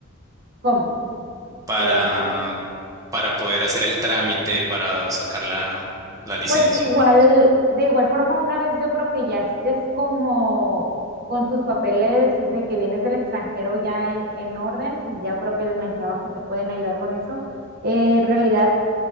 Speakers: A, on the right; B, on the right.
A: ¿Cómo?
B: para,
A: El
B: para poder hacer el trámite para sacar la, la licencia.
A: Pues sí, igual, de igual forma, una vez yo creo que ya estés como con tus papeles de que vienes del extranjero ya en, en orden, ya creo que en el trabajo te pueden ayudar con eso. Eh, en realidad,